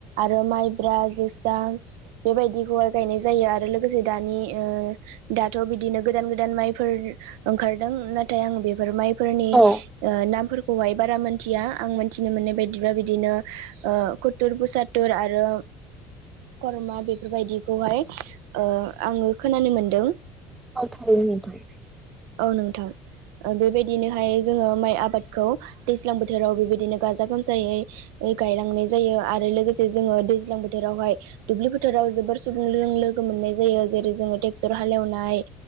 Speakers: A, on the right; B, on the right.
A: आरो माइब्रा जोसा बेबायदिखौहाय गायनाय जायो आरो लोगोसे दानि ओ दाथ' बिदिनो गोदान गोदान माइफोर ओंखारदों नाथाय आं बेफोर माइफोरनि
B: औ
A: ओ नामफोरखौहाय बारा मोनथिया आं मिथिनो मोननाय बायदिब्ला बिदिनो ओ ुर फुसादटुर आरो करमा बेफोरबायदिखौहाय ओ आङो खोनानो मोनदों
B: औ थारि नोंथां
A: औ नोंथां ओ बेबायदिनोहाय जोङो माइ आबादखौ दैज्लां बोथोराव बेबायदिनो गाजा गोमजायै गायलांनाय जायो आरो लोगोसे जोङो दैज्लां बोथोरावहाय दुब्लि फोथाराव जोबोर सुबुं लोगो मोननाय जायो जेरै जोङो ट्रेक्टर हालेवनाय